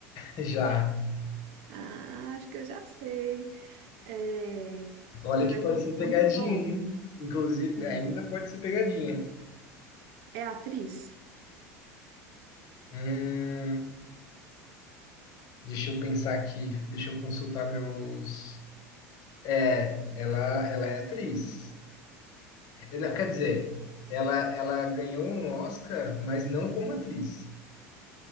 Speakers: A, on the left (about 50°); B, on the right (about 60°).
A: <laughs> Já.
B: Ah, acho que eu já sei. É,
A: Olha
B: Mas
A: que
B: é
A: pode
B: porque eu sou
A: ser
B: muito
A: pegadinha,
B: boa.
A: hein? Inclusive,
B: Hum,
A: ainda pode ser pegadinha.
B: É atriz?
A: Hum, deixa eu pensar aqui, deixa eu consultar meus. É, ela, ela é atriz. Eh, não, Quer dizer, ela, ela ganhou um Oscar, mas não como atriz.